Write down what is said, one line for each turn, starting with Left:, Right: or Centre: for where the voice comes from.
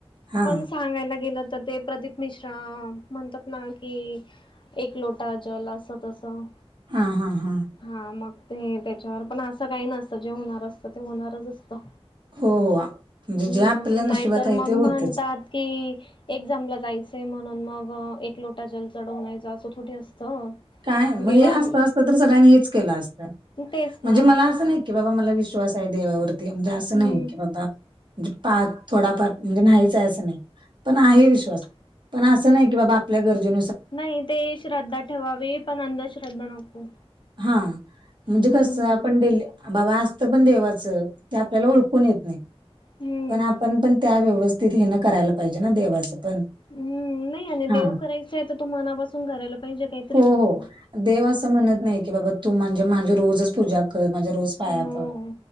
Right: हा
Left: पण सांगायला गेलं तर ते प्रदीप मिश्रा म्हणतात ना की एक लोटा जल असं- तसं
Right: हा- हा- हा
Left: हा मग ते त्याच्यावर पण असं काही नसतं, जे होणार असतं ते होणारच असतं
Right: हो- हो म्हणजे
Left: हम्म
Right: जे आपल्या नशिबात
Left: नाहीतर
Right: आहे
Left: मग
Right: ते होतच
Left: म्हणतात की एक्झामला जायच म्हणून मग व एक लोटा जल चढवण्यायचा असं थोडी असतं
Right: काय
Left: देवाण
Right: हे असतं असत तर सगळ्यांनी हेच केलं असतं
Left: तेच
Right: म्हणजे
Left: ना
Right: मला असं नाही कि बाबा मला विश्वास आहे देवावरती म्हणजे असं
Left: हम्म
Right: नाही की बाबा म्हणजे पाच थोडाफार म्हणजे नाहीच असं नाही. पण आहे
Left: हम
Right: विश्वास. पण असं नाही की बाबा आपल्या गरजें
Left: नाही ते श्रद्धा ठेवावी पण अंधश्रद्धा नको.
Right: हा म्हणजे
Left: हम्म
Right: कस आपण बाबा असतं पण देवाचं ते आपल्याला ओळखून येत नाही.
Left: हम्म.
Right: पण आपण पण त्या व्यवस्थित हे ना करायला पाहिजे ना देवाचं पण
Left: हम् नाही आणि देव
Right: हा
Left: करायचं आहे तर, तू मनापासून करायला पाहिजे काही
Right: हो -हो देव असं म्हणत नाही की बाबा तू म्हणजे माझे रोजच पूजा कर माझ्या रोज पायापड
Left: हो